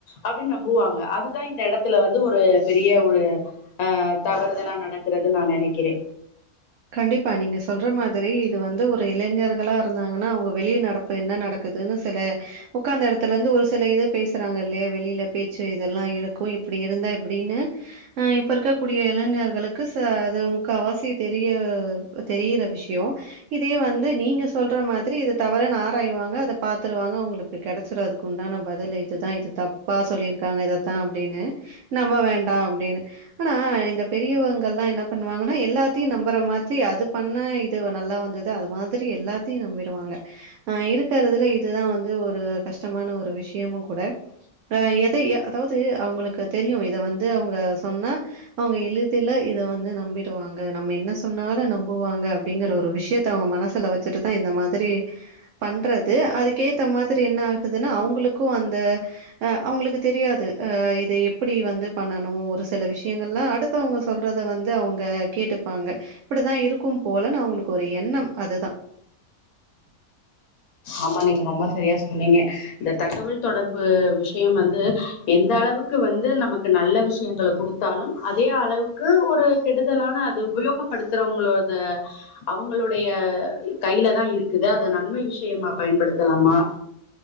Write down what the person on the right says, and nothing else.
கண்டிப்பா நீங்க சொல்ற மாதிரி இது வந்து ஒரு இளைஞர்களா இருந்தாங்கன்னா அவுங்க வெளி நடப் பு என்ன நடக்குதுன்னு சில ஒக்காந்த எடத்துல இருந்து ஒரு சில இது பேசுறாங்க இல்லையா வெளியில பேச்சு இதெல்லா இருக்கு இப்டி இருந்தா இப்டின்னு அ இப்ப இருக்கக் கூடிய இளைஞர்களுக்கு ச அது முக்காவாசி தெரிய தெரியிற விஷ்யோ இதே வந்து நீங்க சொல்ற மாதிரி இத தவறன்னு ஆராயிவாங்க அத பாத்துருவாங்க அவுங்களுக் கு கெடச்சிரு அதுக்கு உண்டான பதிலு இதுதா இது தப்பா சொல்லியிருக்காங்க இதத்தா அப்டின்னு நம்ப வேண்டா அப்டின்னு ஆனா இந்த பெரியவங்கல்லா என்ன பண்ணுவாங்கன்னா எல்லா த்தியு நம்புற மாத்தி அது பண்ணா இது வ நல்லா வந்தது அது மாதிரி எல்லாத்தையு நம்பிருவாங்க அ இருக்கறதுலே இதுதா வந்து ஒரு கஷ்டமான ஒரு விஷயமு கூட அ எதை அதாவது அவுங்களுக்கு தெரியு இத வந்து அவுங்க சொன்னா அவுங்க எளிதில இத வந்து நம்பிடுவாங் க நம்ம என்ன சொன்னாலு நம்புவாங்க அப்டிங்கிற ஒரு விஷயத்த அவுங்க மனசுல வச்சுட்டுதா இந்த மாதிரி பண்றது அதுக்கேத்த மாதிரி என்ன ஆகுதுன்னா அவுங்களுக்கு அந்த அ அவுங்களுக்கு தெரியாது அ இது எப்படி வந்து பண்ணணு ஒரு சில விஷயங்கள்ல அடுத் மித்தவங்க சொல்றத வந்து அவுங்க கேட்டுப்பாங்க இப்படிதா இருக்கும் போலனு அவங்களுக்கு ஒரு எண்ணம் அதுதா